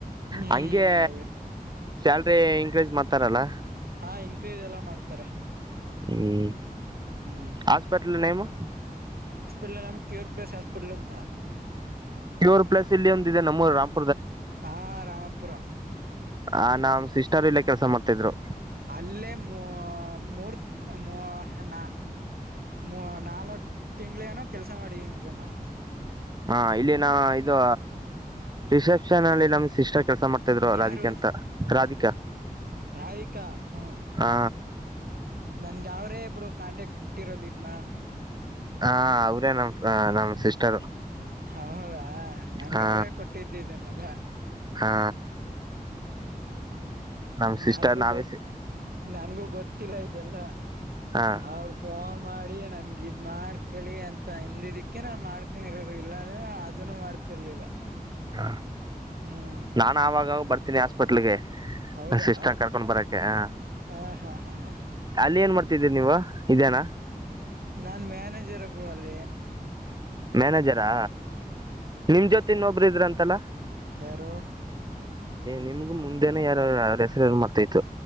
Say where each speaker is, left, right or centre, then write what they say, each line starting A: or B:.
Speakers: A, on the right; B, on the right.
A: ಹ್ಮ್
B: ಹಂಗೆ
A: ಹೆವಿ
B: ಸ್ಯಲ್ರಿ ಇನ್ಕ್ರೀಸ್ ಮಾಡ್ತಾರಲ್ಲ
A: ಹ ಇನ್ಕ್ರೀಸ್ ಎಲ್ಲ ಮಾಡ್ತಾರೆ
B: ಹ್ಮ್
A: ಹ್ಮ್
B: ಹಾಸ್ಪಿಟ್ಲ್ ನೇಮು
A: ಇಲ್ಲ ನಮ್ಮ ಕ್ಯೂರ್ ಪ್ಲಸ್ ಹಾಸ್ಪಿಟಲ್ ಅಂತ
B: ಕ್ಯೂರ್ ಪ್ಲಸ್ ಇಲ್ಲಿ ಒಂದಿದೆ ನಮ್ಮೂರು ರಾಮ್
A: ಹಾ ರಾಮಪುರ
B: ಆ ನಮ್ ಸಿಸ್ಟರ್ ಇಲ್ಲ ಕೆಲ್ಸ ಮಾಡ್ತಿದ್ರು
A: ಅಲ್ಲೇ ಮು ಮೂರು ಮೂ ನ ಮೂ ನಾಲ್ಕ್ ತಿಂಗಳೇನೋ ಕೆಲ್ಸ ಮಾಡಿದೀನಿ ಬ್ರೋ ನಾನು
B: ಹಾ ಇಲ್ಲಿ ನಾ ಇದು ರಿಸೆಪ್ಷನ್ ಅಲ್ಲಿ ನಮ್ ಸಿಸ್ಟರ್ ಕೆಲ್ಸ ಮಾಡ್ತಾ ಇದ್ರು
A: ಯಾರು
B: ರಾಧಿಕ ಅಂತ ರಾಧಿಕ
A: ರಾಧಿಕಾ ಹ್ಮ
B: ಹಾ
A: ನನ್ಗ ಅವ್ರೇ ಇಬ್ರು ಕಾಂಟ್ಯಾಕ್ಟ್ ಕೊಟ್ಟಿರೋದೂ ಇದ್ನ
B: ಹಾ ಅವ್ರೇ ನಮ್ ನಮ್ ಸಿಸ್ಟರು
A: ಹೌದಾ ನನ್ಗ
B: ಹಾ
A: ಅವ್ರೇ ಕೊಟ್ಟಿದ್ದಿದ್ದೀನಲ್ಲ
B: ಹಾ ನಮ್ ಸಿಸ್ಟರ್
A: ನಾನಗು
B: ನಾವೇ
A: ಗೊತ್ತ ನನ್ಗೂ ಗೊತ್ತಿಲ್ಲ ಇದೆಲ್ಲ
B: ಹಾ
A: ಅವರು ಫೋನ್ ಮಾಡಿ ನನ್ಗ ಇದ್ ಮಾಡ್ ಕಳಿ ಅಂತ ಹಿಂದಿದಿಕ್ಕೆ ನಾ ಮಾಡ್ಕೊಂಡಿರೋದು ಇಲ್ಲಾಂದ್ರೆ ಅದನ್ನು ಮಾಡ್ತಿರ್ಲಿಲ್ಲ
B: ಹ
A: ಹ್ಮ್
B: ನಾನ ಆಾಗಾಗ ಬರ್ತೀನಿ ಹಾಸ್ಪಿಟ್ಲ್ಗೆ
A: ಹೌದಾ
B: ಷ್ಟಂಗ ಕರ್ಕೊಂಡ್ ಬರಕ್ಕೆೆ ಹ
A: ಹ ಹಾ ಹಾ ಹಾ
B: ಅಲ್ಲಿ ಏನ್ ಮಾಡ್ತಿದ್ದೀರಿ ನೀವು ಇದೇನಾ
A: ನಾನ್ ಮ್ಯಾನೇಜರ್ ಒಬ್ರು ಅಲ್
B: ಮ್ಯಾನೇಜರಾ ನಿಮ ಜೊತೆ ಇನ್ನೊಬರು ಇದ್ರಂತಲ್ಲ
A: ಯಾರೋ
B: ನಿಮ್ಗು ಮುಂದೆನ ಯಾರಾರ ಹೆಸರು ಯಾರು ಮಾಡ್ತ ಇತತ್ತು